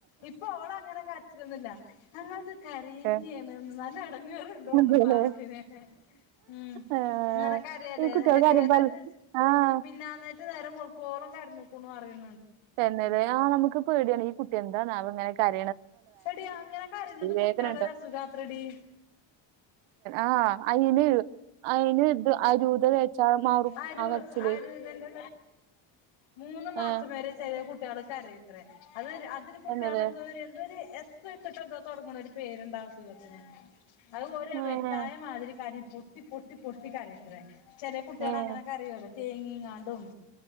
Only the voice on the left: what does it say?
ഇപ്പൊ ഓള അങ്ങനെ കരച്ചിലൊന്നുല്ല. ഞങ്ങൾ കരിയന്നെയാണ്
നല്ല എടങേറുണ്ട് തോന്നുന്നു
പാവത്തിന്. ഉം
ഇന്നലെ കരയല്ലേ
തൊരു
മിന്നാനേറ്റ് നേരം വെൽക്കോളം കരി നൽക്കുന്നു അറണി
എടിയ അങ്ങനെ കരയുന്നത് കുട്ടികളെ
രസുഖാത്രടി
അരു
അരുതന്റെ മൂന്ന് മാസം
വരെ ചെറിയ കുട്ടികൾകരയും ഇത്ര അത് അതില് കുട്ടികൾെന്താ
എന്തോ ഒരു എസ് വച്ചിട്ട് എന്താ തുടങ്ങണ ഒരു പേരുണ്ട് അസുഖത്തിന് അത് ഒരു
വ്യതായ മാതിരി ക പൊട്ടി പൊട്ടി പൊട്ടി കരായാത്ര ചെല കുട്ടികൾ
അങ്ങനെ കരയോലോ തേങ്ങിങ്ങാണ്ടും